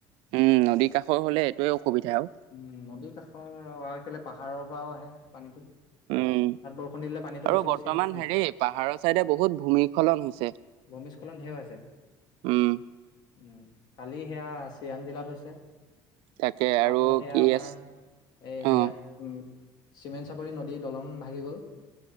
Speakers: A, on the right; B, on the left.
A: উম নদীৰ কাষৰ হলে এইটোৱে অসুবিধা আৰু
B: উম। নদীৰ কাষৰফালে পাহাৰৰ পৰাও আহে পানীটো তাত
A: উম
B: বৰষুণ দিলে পানীটো
A: আৰু
B: বেছি
A: বৰ্তমান
B: গুচি আহছ
A: হেৰি পাহাৰৰ চাইডে বহুত ভূমিস্খলন হৈছে
B: ভূমিস্খলন ঢেৰ হৈছে।
A: উম
B: উ কালি সেয়া চিৰাং জিলাত হৈছে।
A: তাকে
B: তাৰ
A: আৰু
B: ফলত সেয়া
A: কি
B: আমাৰ
A: আছ
B: এই
A: অ
B: হেৰিয়াত উম। চিমেণ্ট চাপৰি নদীৰ দলং ভাগি গল।